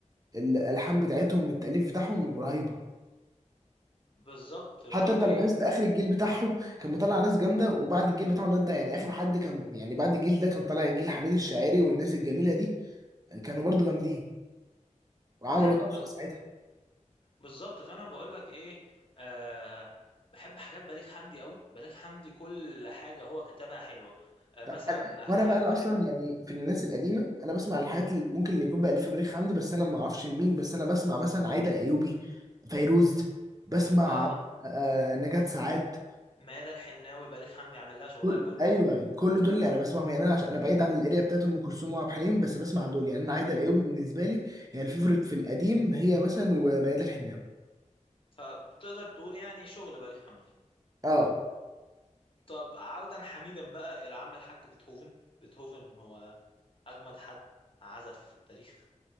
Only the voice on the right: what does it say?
الالحان بتاعتهم والتاليف بتاعهم رهيبه
حتى انت لو لاحظت اخر الجيل بتاعهم كان مطلع ناس جامده وبعد الجيل بتاعهم ده انت يعني اخر حد كان يعني بعد الجيل ده كان طالع الجيل حميد الشاعري والناس الجميله دي كانوا برضو جامدين وعملوا
طفره ساعتها
ده
أنا وانا
بقى انا اصلا
يعني في الناس القديمه انا بسمع الحاجات
اللي ممكن يكون بقى الف بريخ عندي بس انا ما اعرفش لمين بس انا بسمع مثلا عايده الايوبي فيروز بسمع
آه نجاة ساعات
كل
ايوه كل دول اللي انا بسمعهم يعني انا عشان انا بعيد عن الاريا بتاعت ام كلثوم وعبد الحليم بس بسمع دول يعني انا عايده الايوبي بالنسبه لي هي الفيفوريت في القديم هي مثلا وميادة الحناوي
اه